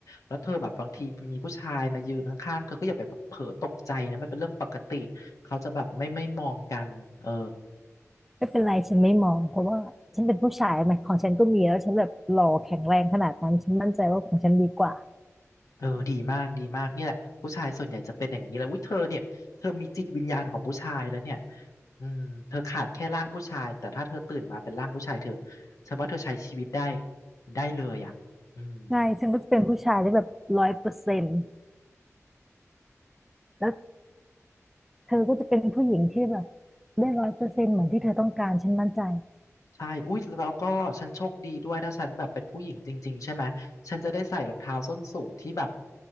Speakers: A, on the left (about 75°); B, in the centre.
A: แล้วเธอแบบบางทีมีผู้ชายมายืนข้างๆเธอก็อย่าไปแบบเผลอตกใจนะมันเป็นเรื่องปกติเขาจะแบบไม่ไม่มองกันเออ
B: ไม่เป็นไรฉันไม่มองเพราะว่าฉันเป็นผู้ชายไหมของฉันก็มีแล้วฉันแบบหล่อแข็งแรงขนาดนั้นฉันมั่นใจว่าของฉันดีกว่า
A: เออดีมากดีมากเนี่ยแหละผู้ชายส่วนใหญ่จะเป็นอย่างนี้แหละอุ้ยเธอเนี่ยเธอมีจิตวิญญาณของผู้ชายแล้วเนี่ยอืมเธอขาดแค่ร่างผู้ชายแต่ถ้าเธอตื่นมาเป็นร่างผู้ชายเธอฉันว่าเธอใช้ชีวิตได้ได้เลยอ่ะอืม
B: ใช่ฉันก็จะเป็นผู้ชายได้แบบร้อยเปอร์เซ็นต์แล้ว เธอก็จะเป็นผู้หญิงที่แบบได้ร้อยเปอร์เซ็นต์เหมือนที่เธอต้องการฉันมั่นใจ
A: อืม ใช่อุ๊ยแล้วก็ฉันโชคดีด้วยถ้าฉันแบบเป็นผู้หญิงจริงๆใช่ไหมฉันจะได้ใส่รองเท้าส้นสูงที่แบบ